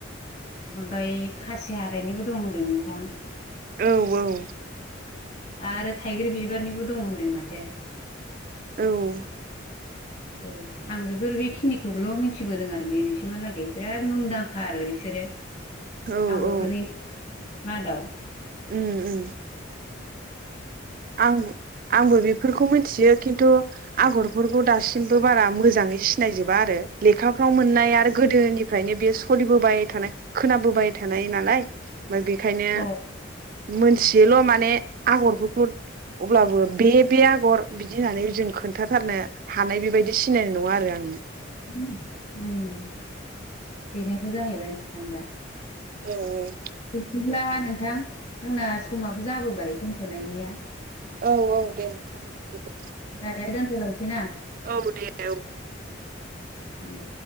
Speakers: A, on the left (about 55°); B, on the right (about 45°).
A: ओमफ्राय खासि हाथायनिबो दं होनदों नोंथां।
B: औ औ
A: आरो थाइगिर बिबारनिबो दं होनदों माथो।
B: औ
A: औ आं बेफोर बेखिनिखौल' मिथिबोदों आरो दिनैसिमहालागै बिराद मुंदांखा आरो बिसोरो।
B: औ
A: आगरफोरनि
B: औ
A: मादाव
B: उम उम आंब आंबो बि फोरखौ मिथियो खिन्थु आगरफोरखौ दासिमबो बारा मोजाङै सिनायजोबा आरो लेखा फ्राव मोननाय आरो गोदोनिफ्रायनो बेयो सोलिबोबाय थानाय खोनाबोबाय थानाय नालाय। ओमफ्राय बेखायनो
A: अ
B: मोनथियोल' माने आगरफोरखौ अब्लाबो बे बे आगर बिदि होननानै जों खोन्थाथारनो हानाय बेबायदि सिनाय नङा आरो आङो
A: उम बेनोथ' जाहैबाय नोंथां दा।
B: औ औ
A: बिदिब्ला नोंथां जोंना समाबो जाबोबाय दोनथ'नायनिया।
B: औ औ दे नोंथां बिदिबा
A: दायो दोनथ'लायसै ना
B: औ दे औ
A: उम।